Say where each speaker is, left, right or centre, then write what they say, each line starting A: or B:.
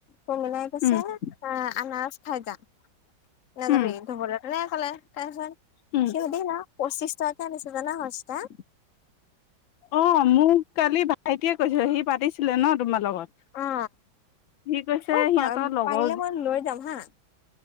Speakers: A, on the left; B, on the left.
A: কমিলাই কৈছে
B: উম
A: আহ আনাৰজ খাই যা। নাযাবি
B: উম
A: ধুবলে তেনেকে কলে, তাৰ পিছত
B: উম
A: সি <unintelligible> পঁচিশ টকাকে আনিছে জানা সস্তা।
B: অ মোক কালি ভাইটিয়ে কৈছে সি পাতিছে ছিলে ন তোমাৰ লগত
A: অ
B: সি কৈছে
A: অ
B: সিহঁতৰ লগৰ
A: পাৰিলে মই লৈ যাম হা